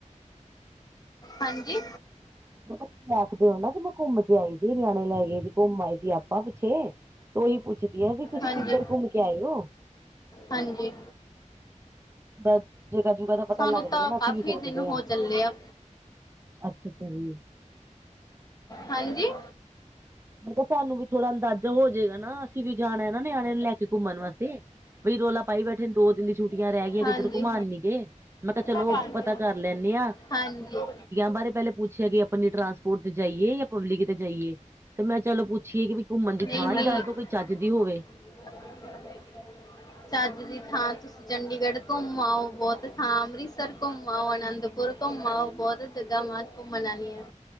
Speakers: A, on the left; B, on the right.
A: ਹਾਂਜੀ!
B: ਬਹੁਤ ਰਖਦੇ ਹੋ ਨਾ, ਕਿ ਮੈਂ ਘੁੰਮਕੇ ਆਈ ਸੀ। ਨਿਆਣੇ ਲੈ ਗਏ ਸੀ, ਘੁੰਮ ਆਏ ਸੀ ਆਪਾਂ ਪਿੱਛੇ, ਤੇ ਉਹੀ ਪੁੱਛਦੀ ਆਂ ਵੀ ਤੁਸੀਂ
A: ਹਾਂਜੀ,
B: ਕਿੱਧਰ ਘੁੰਮ? ਕੇ ਆਇਓ
A: ਹਾਂਜੀ।
B: ਬਸ, ਜਗ੍ਹਾ-ਜੁਗਾ ਦਾ ਪਤਾ
A: ਸਾਨੂੰ
B: ਲੱਗ
A: ਤਾਂ
B: ਜਾਏ ਨਾ, ਅਸੀਂ
A: ਕਾਫੀ
B: ਵੀ ਸੋਚਦੇ
A: ਦਿਨ
B: ਆਂ।
A: ਹੋ ਚੱਲੇ ਆ
B: ਅੱਛਾ-ਅੱਛਾ ਜੀ।
A: ਹਾਂਜੀ!
B: ਮਤਲਬ ਸਾਨੂੰ ਵੀ ਥੋੜਾ ਅੰਦਾਜ਼ਾ ਹੋ ਜੇਗਾ ਨਾ, ਅਸੀਂ ਵੀ ਜਾਣਾ ਨਾ ਨਿਆਣੇ ਨੂੰ ਲੈਕੇ ਘੁੰਮਣ ਵਾਸਤੇ। ਬਈ ਰੌਲਾ ਪਾਈ ਬੈਠੇ ਨੇ ਦੋ ਦਿਨ ਦੀ ਛੁੱਟੀਆਂ ਰਹਿ ਗਈਆਂ
A: ਹਾਂਜੀ।
B: ਕਿੱਧਰ ਘੁਮਾਉਣ ਨੀ ਗੇ ਮੈਂ ਕਿਹਾ ਚਲੋ
A: ਹਾਂ
B: ਪਤਾ ਕਰ ਲੈਂਨੇ ਆਾਂ।
A: ਹਾਂਜੀ
B: ਬਾਰੇ ਪਹਿਲੇ ਪੁੱਛਿਆ ਕਿ ਆਪਣੀ ਟਰਾਂਸਪੋਰਟ ਤੇ ਜਾਈਏ ਜਾਂ ਪਬਲਿਕ ਤੇ ਜਾਈਏ ਤੇ ਮੈਂ ਚਲੋ ਪੁੱਛ ਅੱਛੀ ਹੈ ਕਿ ਵੀ ਘੁੰਮਣ ਦੀ
A: ਨਹੀਂ
B: ਥਾਂ
A: ਨਹੀਂ
B: ਹੀ ਦੱਸ ਦੋ ਕੋਈ ਚੱਜ ਦੀ ਹੋਵੇ
A: <unintelligible> ਚੱਜ ਦੀ ਥਾਂ ਚ ਚੰਡੀਗੜ੍ਹ ਘੁੰਮ ਆਓ ਬਹੁਤ ਥਾਂ ਅੰਮ੍ਰਿਤਸਰ ਘੁੰਮ ਆਓ ਅਨੰਦਪੁਰ ਘੁੰਮ ਬਹੁਤ <unintelligible> ਮਨਾਉਦੀ ਹਾਂ